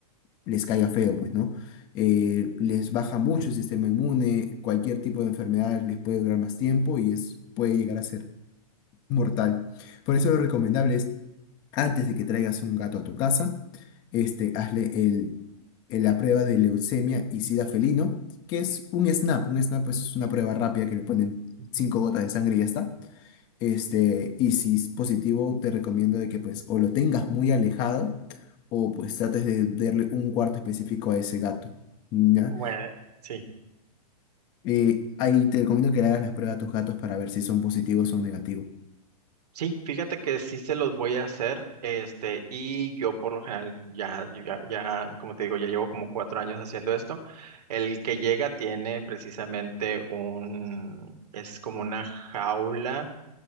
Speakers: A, on the left; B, on the right.
A: les caiga feo, pues, ¿no? Eh, les baja mucho el sistema inmune, cualquier tipo de enfermedad les puede durar más tiempo y es, puede llegar a ser mortal. Por eso lo recomendable es antes de que traigas un gato a tu casa, este, hazle el, el- la prueba de leucemia y sida felino, que es un SNAP. Un SNAP pues, es una prueba rápida que le ponen
B: ujú.
A: cinco gotas de sangre y ya está. Este, y si es positivo, te recomiendo de que pues o lo tengas muy alejado o pues trates de darle un cuarto específico a ese gato. ¿ya?
B: Bueno, sí.
A: Eh, ahí te recomiendo que le hagas las pruebas a tus gatos para ver si son positivos o negativos.
B: Sí, fíjate que sí se los voy a hacer, este, y yo por lo general ya, yo ya, ya, como te digo, ya llevo como cuatro años haciendo esto. El que llega tiene precisamente un, es como una jaula,